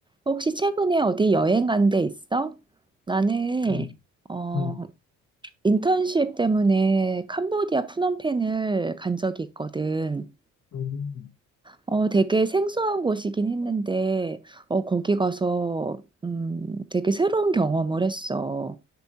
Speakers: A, on the right; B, on the left.
A: 혹시 최근에 어디 여행 간 데 있어? 나는
B: 음,
A: 어,
B: 음,
A: 인턴십 때문에 캄보디아 푸놈펜을 간 적이 있거든.
B: 음, 음,
A: 어, 되게 생소한 곳이긴 했는데 어, 거기 가서 음, 되게 새로운 경험을 했어.